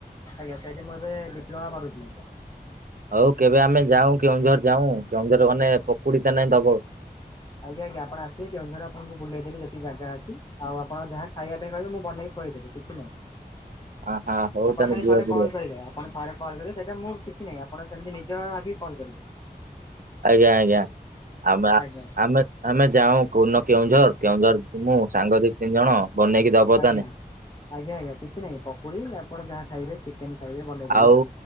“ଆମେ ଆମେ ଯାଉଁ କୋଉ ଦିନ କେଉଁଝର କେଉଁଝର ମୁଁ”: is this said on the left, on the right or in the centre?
Right